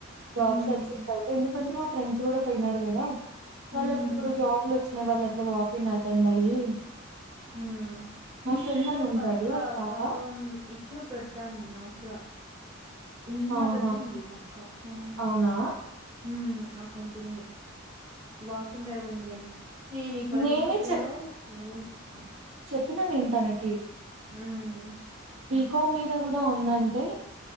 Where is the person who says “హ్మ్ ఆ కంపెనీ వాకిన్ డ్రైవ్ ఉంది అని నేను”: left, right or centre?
Right